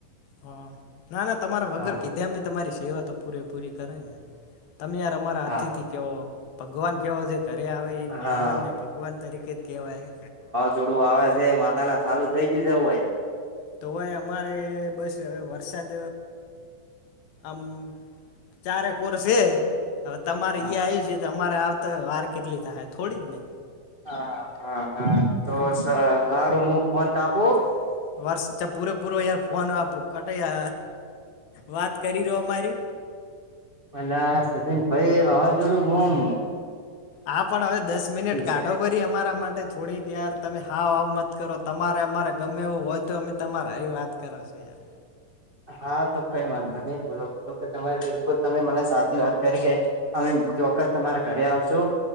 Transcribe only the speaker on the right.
હા
હા
હા
જોડું આવે છે માતા ના ચાલું થઈ ગયું છે એવું હોય.
હા
હા
હા હા હા તો
સારું હારુ મુક ફોન કાપ
પેલા સચિન ભાઈ વાવાઝોડું બુમ
છે
હા તો કઈ વાઢો બોલો બોલો કે તમારી બિલકુલ તમે મને સાચી વાત કરી કે અમે ચોક્કસ તમારા ઘરે આવશું